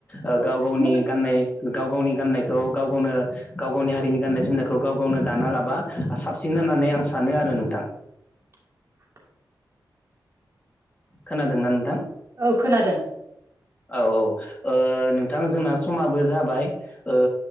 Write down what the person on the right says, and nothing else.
दख'नाखौनो
<inaudible>
औ खोनादों